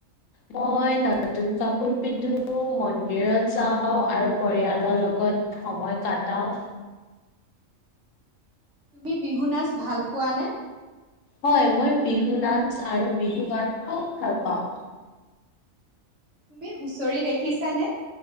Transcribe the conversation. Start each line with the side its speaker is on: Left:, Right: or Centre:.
Left: মই নতুন কাপোৰ পিন্ধো মন্দিৰত যাওঁ আৰু পৰিয়ালৰ লগত সময় কাটাও।
Right: তুমি বিহু নাচ ভাল পোৱা নে?
Left: হয়। মই বিহু নাচ আৰু বিহু গান খুব ভাল পাওঁ।
Right: তুমি হুঁচৰি দেখিছানে।